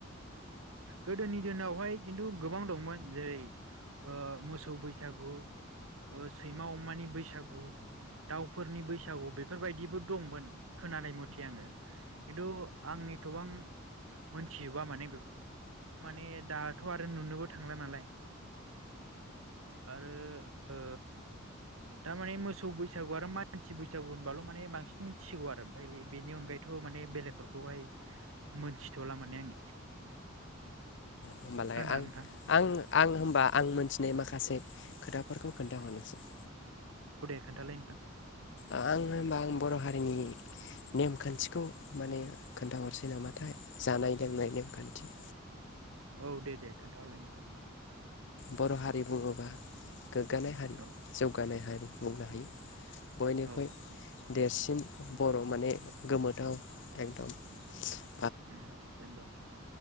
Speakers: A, on the right; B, on the left.
A: गोदोनि दिनावहाय खिन्थु गोबां दंमोन जेरै ओ मोसौ बैसागु ओ सैमा अमानि बैसागु दाउफोरनि बैसागु बेफोरबायदिबो दंमोन खोनानाय मथे आङो खिन्थु आं एथ'बां मोनथिजोबा माने बे माने दाथ' आरो नुनोबो थांला नालाय आरो ओ दामानि मोसौ बैसागु आरो माय मानसि बैसागु होनबाल' माने बांसिन मिथिसिगौ आरो ओमफाय बेनि अनगायैथ' माने बेलेगफोरखौहाय मोनथिथ'ला माने आङो। <unintelligible>
B: होमबालाय
A: खोनादों
B: आं
A: नोंथां
B: आं आं होमबा आं मोनथिनाय माखासे माखासे खोथाफोरखौ खोन्थाहरनोसै।
A: औ दे खोन्थालाय नोंथां।
B: आं होनबा आं बर' हारिनि नेमखान्थिखौ माने खोन्थाहरसै नामाथाय जानाय लोंनाय नेमखान्थि।
A: औ दे दे खोन्थाहरलाय नोंथां।
B: बर' हारि बुङोबा गोग्गानाय हारि
A: औ
B: जौगानाय हारि बुंनो हायो बयनिख्रुइ
A: औ
B: देरसिन बर' माने गोमोथाव एकदम
A: ओम जेनेबा